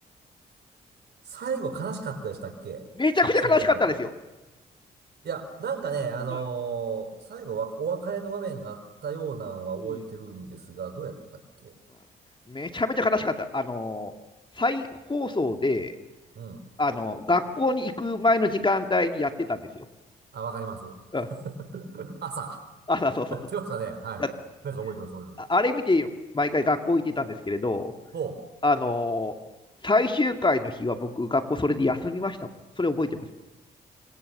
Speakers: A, on the right; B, on the left.
A: 最後悲しかったでしたっけハクション大魔王って。
B: めちゃくちゃ悲しかったんですよ。
A: いや、なんかね、あのー最後はお別れの場面があったようなのは覚えてるんですが、
B: うんうん。
A: どうやったっけ
B: あめちゃめちゃ悲しかった。あのー、再放送で、
A: うん。
B: あのー、学校に行く前の時間帯にやってたんですよ。
A: あ、わかります。
B: うん。
A: <laughs> 朝。
B: 朝、そうそう。
A: やってましたね。はい。
B: や、
A: なんか覚えてます、覚えてます。
B: あれ見て、毎回学校行ってたんですけれど、
A: ほ
B: あのー、最終回の日は僕、学校それで休みましたもん。それ覚えてますね。